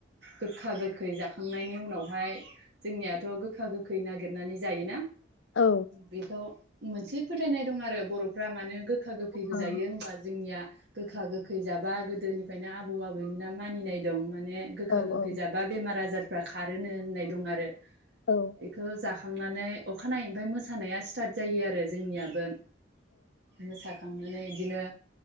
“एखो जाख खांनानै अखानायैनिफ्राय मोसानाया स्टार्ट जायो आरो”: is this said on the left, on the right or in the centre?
Right